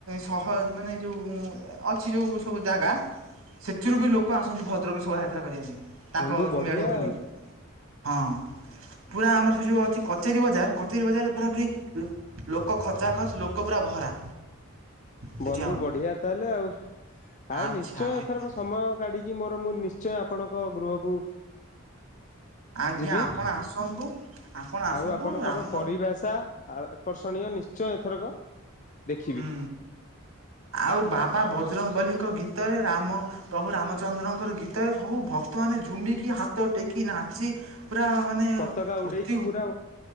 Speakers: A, on the right; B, on the left.
A: ସହ ମାନେ ଯୋଉ ଅଛି ଯଉ ସବୁ ଜାଗା ସେଥିରୁ ବି ଲୋକ ଆସନ୍ତି ଭଦ୍ରକ ଶୋଭାଯାତ୍ରା କରିବା ନେଇକି। ତାଙ୍କ
B: ବନ୍ଧୁ ବଢିଆ
A: ମେଢକୁ
B: ଆଉ
A: ନେଇକି ହଁ। ପୁରା ଆମର ସେ ଯଉ ଅଛି କଚେରୀ ବଜାର କଚେରୀ ବଜାରରେ ପୁରା ପୁରି ଲୋ ଲୋକ ଖଚା ଖଚ୍ ଲୋକ ପୁରା ଭରା। ସେଠି
B: ବନ୍ଧୁ
A: ଆମର
B: ବଢିଆ ତାହେଲେ ଆଉ। ଆଉ
A: ଆଚ୍ଛା
B: ନିଶ୍ଚୟ
A: ଆଜ୍ଞା
B: ଏଥରକ ସମୟ କାଢିକି ମୋର ମୁଁ ନିଶ୍ଚୟ ଆପଣଙ୍କ ଗୃହକୁ
A: ଆଜ୍ଞା
B: ଯିବି
A: ଆପଣ ଆସନ୍ତୁ ଆପଣ ଆସନ୍ତୁ
B: ଆଉ ଆପଣଙ୍କର
A: ଆମର
B: ପରିଭାଷା ଆକର୍ଷଣୀୟ ନିଶ୍ଚୟ ଏଥରକ ଦେଖିବି।
A: ହୁଁ ଆଉ ବାବା ବଜରଙ୍ଗ ବଲିଙ୍କ ଗୀତରେ ରାମ ପ୍ରଭୁ ରାମଚନ୍ଦ୍ରଙ୍କର ଗୀତରେ ସବୁ ଭକ୍ତ ମାନେ ଝୁମିକି ହାତ ଟେକି ନାଚି ପୁରା ମାନେ
B: ପତାକା ଉଡେଇକି
A: ଉତିଉ
B: ପୁରା